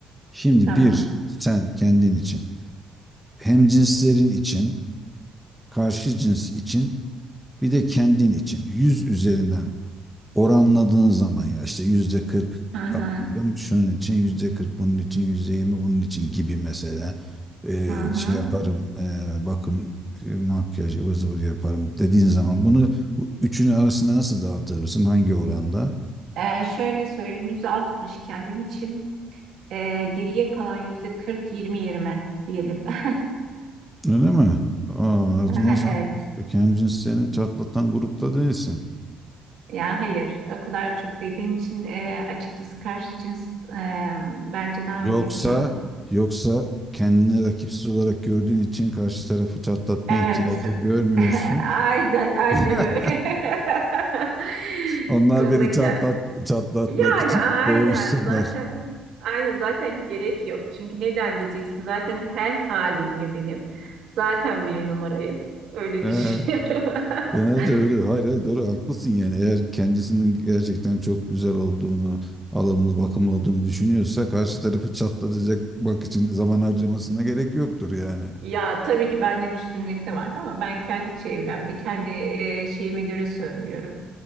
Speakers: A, in the centre; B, on the right.
A: Şimdi
B: tamam.
A: bir sen kendin için, hem cinslerin için, karşı cins için, bir de kendin için. Yüz üzerinden oranladığın zaman ya işte yüzde kırk
B: Hı hı,
A: atıyorum şunun için yüzde kırk bunun için yüzde yirmi bunun için gibi mesela Ee,
B: hı hı.
A: şey yaparım ee, bakım e, makyaj ıvır zıvır yaparım dediğin zaman bunu bu üçünü arasında nasıl dağıtırsın hangi oranda
B: E, şöyle söyleyeyim, 160 kendim için. Ee, geriye kalan yüzde kırk 20 20 diyelim. <laughs>
A: öyle mi? Aa, o zaman
B: Evet.
A: sen kendini çatlatan grupta değilsin.
B: Yani hayır, o kadar çok değil. Benim için e, açıkçası karşı cins e, bence daha
A: Yoksa
B: önemli ya.
A: yoksa kendini rakipsiz olarak gördüğün için karşı tarafı çatlatma
B: Evet.
A: ihtiyacı görmüyorsun.
B: <laughs> Aynen, aynen
A: <laughs>
B: öyle. <laughs>
A: Onlar
B: Bu konudaki
A: beni çatlat çatlatmak
B: yani
A: için
B: aynen
A: boğuşsunlar.
B: zaten aynı zaten gerek yok. Çünkü neden diyeceksin? Zaten her halimle benim. Zaten bir numarayım. Öyle
A: Ee,
B: düşünüyorum.
A: genelde
B: <laughs>
A: öyle. Hayır, hayır doğru haklısın yani. Eğer kendisinin gerçekten çok güzel olduğunu, alımlı, bakımlı olduğunu düşünüyorsa karşı tarafı çatlatacak bak için zaman harcamasına gerek yoktur yani.
B: Ya tabii ki benden üstünlük de vardı ama ben kendi çevremde, kendi e, şeyime göre söylüyorum.